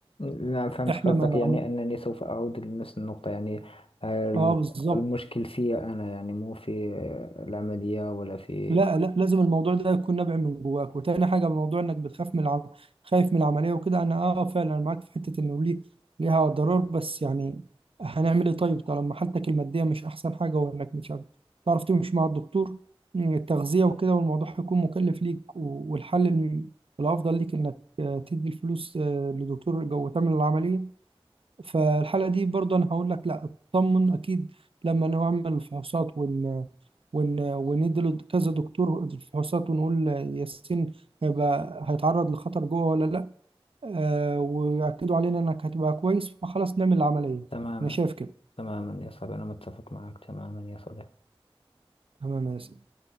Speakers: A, on the left (about 70°); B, on the right (about 65°).
A: نعم فهمت
B: احنا
A: قصدك
B: ما
A: يعني
B: عمل...
A: أنني سوف أعود لنفس النقطة يعني ال-
B: اه بالظبط
A: المشكل في أنا يعني مو في العملية ولا في
B: لا لا لازم الموضوع ده يكون نابع من جواك وتاني حاجه موضوع انك بتخاف من العم... خايف من العمليه وكده انا اه فعلا أنا معاك في حته انه ليه ليها ضرر بس يعني هنعمل ايه طيب طالما حالتك الماديه مش احسن حاجه وانك مش عارف- تعرف تمشي مع الدكتور مم، التغذيه وكده والموضوع هيكون مكلف ليك و- والحل الم- الافضل ليك انك آه، تدي الفلوس آه، لدكتور جو تعمل العمليه فالحالة دي برضه أنا هقول لك لا اطمن أكيد لما نعمل الفحوصات ون ون وندي له كذا دكتور الفحوصات ونقول ياسين هيبقى هيتعرض لخطر جوه ولا لا آه ويأكدوا علينا إنك هتبقى كويس فخلاص نعمل العملية
A: تماما
B: أنا شايف كده
A: تماما يا صاحبي أنا متفق معك تماما يا صديقي
B: تمام يا ياسين